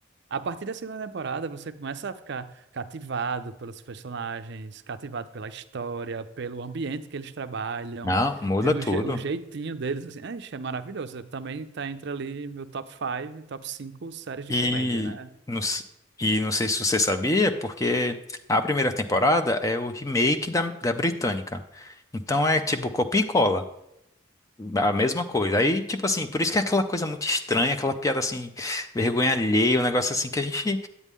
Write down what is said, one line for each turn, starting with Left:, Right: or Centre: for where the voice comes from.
Right: A partir da segunda temporada, você começa a ficar cativado pelos personagens, cativado pela história, pelo ambiente que eles trabalham,
Left: Não, muda
Right: pelo
Left: tudo.
Right: je- o jeitinho deles, assim, é, ixi, é maravilhoso. Também tá entre ali meu top 5, top 5 séries de
Left: E
Right: comédia, né?
Left: não, s- e não sei se você sabia, porque a primeira temporada é o remake da, da Britânica. Então é tipo copia e cola. A mesma coisa. Aí, tipo assim, por isso que é aquela coisa muito estranha, aquela piada assim, vergonha alheia, um negócio assim que a gente.